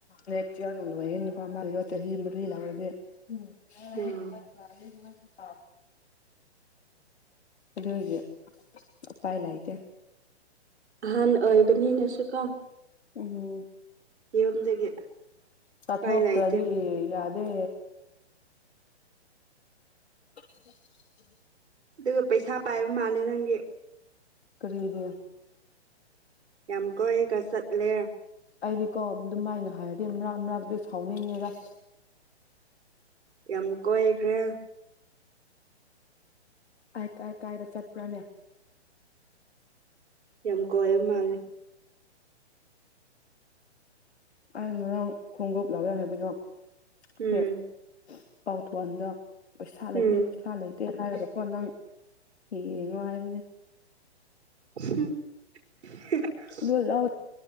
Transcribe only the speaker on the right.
ꯎꯝ
ꯑꯍꯥꯟ ꯑꯣꯏꯕꯅꯤꯅꯁꯨ ꯀꯣ
ꯌꯨꯝꯗꯒꯤ
ꯎꯄꯥꯏ ꯂꯩꯇꯦ
ꯑꯗꯨꯒ ꯄꯩꯁꯥ ꯄꯥꯏꯕ ꯃꯥꯜꯂꯦ ꯅꯪꯗꯤ
ꯌꯥꯝ ꯀꯣꯏꯒ ꯆꯠꯂꯦ
ꯌꯥꯝ ꯀꯣꯏꯈ꯭ꯔꯦ
ꯌꯥꯝ ꯀꯣꯏꯔ ꯃꯥꯜꯂꯦ
ꯎꯝ
ꯎꯝ
<unintelligible>